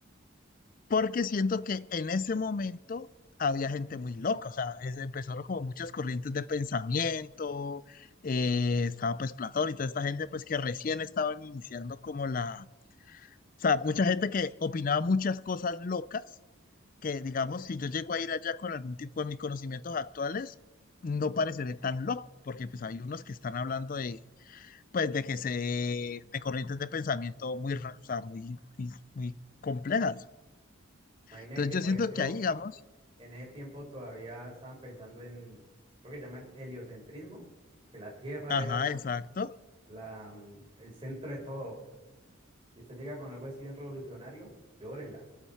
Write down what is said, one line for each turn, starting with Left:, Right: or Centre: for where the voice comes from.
Left: porque siento que en ese momento había gente muy loca, o sea, es- empezaron como muchas corrientes de pensamiento, eh, estaba pues Platón y toda esta gente pues que recién estaban iniciando como la, o sea, mucha gente que opinaba muchas cosas locas, que digamos, si yo llego a ir allá con algún tipo de mis conocimientos actuales, no pareceré tan loco, porque pues hay unos que están hablando de, pues de que se, de corrientes de pensamiento muy, ra- o sea, muy, muy muy complejas.
Right: Imagine
Left: Entonces
Right: que,
Left: yo
Right: por
Left: siento
Right: ejemplo,
Left: que ahí, digamos,
Right: en ese tiempo todavía estaban pensando en, creo que se llama el heliocentrismo, que la Tierra
Left: Ajá,
Right: era la,
Left: exacto.
Right: la, mm, el centro de todo. Y usted llega con algo así bien revolucionario, llórela,